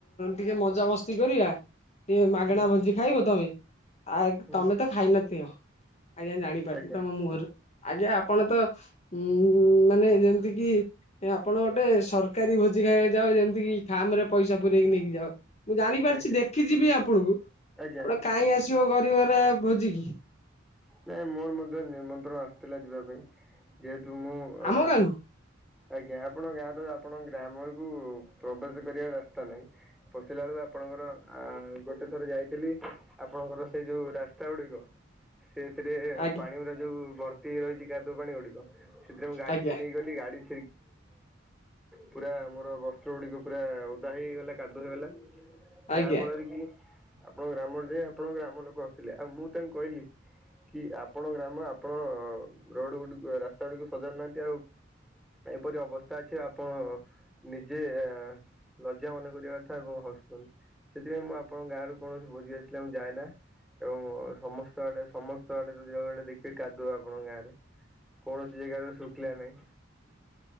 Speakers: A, on the left (about 35°); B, in the centre.
A: ଟିକେ ମଜାମସ୍ତି କରିବା ଟିକେ ମାଗଣା
B: ହୁଁ
A: ଭୋଜି ଖାଇବ ତମେ। ଆ
B: ହୁଁ
A: ତମେ ତ ଖାଇନ ଥିଅ ଆଜ୍ଞା ଜାଣିପାରୁଚି
B: ଆଜ୍ଞା
A: ତମ ମୁହଁରୁ ଆଜ୍ଞା ଆପଣ ତ ହୁଁ ମାନେ ଯେ ଯେମତି କିି ଆପଣ ଗୋଟେ ସରକାରୀ ଭୋଜି ଖାଇବାକୁ ଯାଅ ଯେମିତି କିି ଖାର୍ମରେ ପଇସା ପୁରେଇକି ନେଇକି ଯାଅ। ମୁଁ ଜାଣି ପାରୁଛି
B: ଆଜ୍ଞା
A: ଦେଖି ଯିବି ଆପଣଙ୍କୁ।
B: ଆଜ୍ଞା
A: ଆପଣ
B: ଆଜ୍ଞା
A: କାଇଁ ଆସିବ ଗରିବାର ଭୋଝିକି?
B: ହୁଁ। ନାଇଁ ମୋର ମଧ୍ୟ ନିମନ୍ତ୍ରଣ ଆସିଥିଲା ଯିବା ପାଇଁ ଯେହେତୁ ମୁଁ ଅ
A: ଆମ ଗାଁକୁ
B: ଆଜ୍ଞା ଆପଣ ଗାଁ ତ ଆପଣ ଗ୍ରାମକୁ ପ୍ରବେଶ କରିବା ରାସ୍ତା ନାହିଁ ପ ଥିଲାବେଳୁ ଆପଣଙ୍କର ଆ ଗୋଟେ ଥର ଯାଇଥିଲି ଆପଣଙ୍କର ସେଇ ଯୋଉ ରାସ୍ତା ଗୁଡିକ ସେଥିରେ
A: ଆଜ୍ଞା
B: ପାଣି ଗଡା ଯୋଉ ଭର୍ତ୍ତି ହେଇ ରହିଛି କାଦୁଅ ପାଣି ଗୁଡିକ। ସେଥିରେ ମୁଁ ଗାଡିଟେ
A: ଆଜ୍ଞା
B: ନେଇଗଲି ଗାଡି <unintelligible> ପୁରା ମୋର ବସ୍ତ୍ର ଗୁଡ଼ିକ ପୁରା ଓଦା ହେଇଗଲା କାଦୁଅ ହେଇଗଲା।
A: ଆଜ୍ଞା
B: ଯାହା ଫଳରେ କି? ଆପଣଙ୍କ ଗ୍ରାମରେ ଯାଇ ଆପଣଙ୍କ ଗ୍ରାମ ଲୋକ ହସିଲେ ଆଉ ମୁଁ ତାଙ୍କୁ କହିଲି କି ଆପଣ ଗ୍ରାମ ଆପଣ ରୋଡ ଗୁଡ଼ି ରାସ୍ତା ଗୁଡ଼ିକ ସଜାଡୁ ନାହାନ୍ତି ଆଉ ଏପରି ଅବସ୍ଥା ଅଛି ଆପଣ ନିଜେ ଗ୍ଲ ପୂଜା ମନେ କରିବା କଥା ଏବଂ ହସୁଛନ୍ତି ସେଥିପାଇଁ ମୁଁ ଆପଣଙ୍କ ଗାଁରୁ କୌଣସି ଭୋଜିଭାତ ଥିଲେ ମୁଁ ଯାଏନା। ଏବଂ ସମସ୍ତ ଆଡେ ସମସ୍ତ ଆଡେ ତ ଯଉ ଆଡେ ଦେଖିବେ କାଦୁଆ ଆପଣଙ୍କ ଗାଁରେ। କୌଣସି ଜାଗାରେ ଶୁଖିଲା ନାହିଁ।